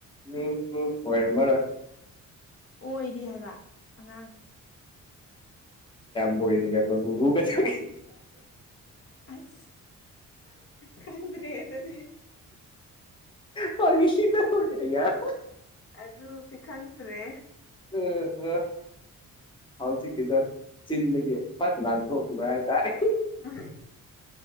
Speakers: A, on the left; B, on the left.
A: ꯎꯝ ꯍꯣꯏꯔꯔ
B: ꯑꯣꯏꯔꯤ ꯍꯥꯏꯕ ꯑꯉꯥꯡ
A: ꯀꯣꯣꯏꯒꯦꯒꯨꯕꯕꯨ ꯀꯆꯥ
B: ꯌꯥꯝ ꯊꯤ ꯑꯁ ꯈꯪꯗ꯭ꯔꯦ ꯑꯗꯨꯗꯤ
A: ꯄꯃꯤꯁꯤ ꯆ ꯊꯅꯦ ꯌꯥ
B: ꯑꯗꯨ ꯑꯗꯨꯗꯤ ꯈꯪꯗ꯭ꯔꯦ
A: ꯎꯝ ꯎꯝ ꯍꯧꯖꯤꯛꯀꯤꯗ ꯆꯤꯟꯗꯒꯤ ꯐꯠ ꯅꯥꯟꯊꯣꯛꯈꯤꯕ ꯍꯥꯏꯇꯥꯔꯦ
B: ꯎ